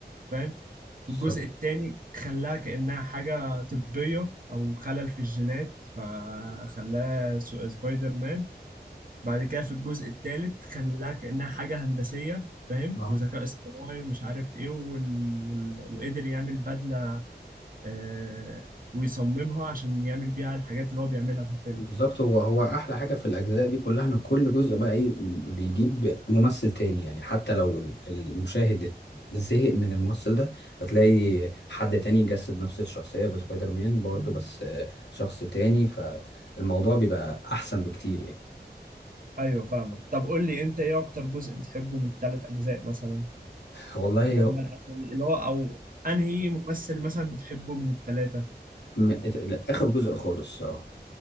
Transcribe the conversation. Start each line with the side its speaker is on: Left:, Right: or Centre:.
Right: فاهم في
Left: بالظبط
Right: الجزء التاني خلاها كأنها حاجة طبية أو خلل في الجينات فخلاها سو- سبايدر مان بعد كده في الجزء التالت خلاها كأنها حاجة هندسية فاهم
Left: اه
Right: وذكاء اصطناعي ومش عارف ايه وال... وال... وقدر يعمل بدلة آه، ويصممها عشان يعمل بيها الحاجات اللي هو بيعملها في الفيلم
Left: بالظبط هو هو احلى حاجه في الاجزاء دي كلها ان كل جزء بقى ايه بيجيب ممثل تاني يعني حتى لو المشاهد زهق من الممثل ده هتلاقي حد تاني يجسد نفس الشخصيه بسبايدر مان برضه بس آه، شخص تاني فالموضوع بيبقى احسن بكتير يعني
Right: ايوه فاهمك طب قول لي انت ايه اكتر جزء بتحبه من الثلاث اجزاء مثلا
Left: والله
Right: اللي هم
Left: هو-
Right: الاسامي اللي هو او انهي ممثل مثلا بتحبه من الثلاثه
Left: م- اخر جزء خالص الصراحه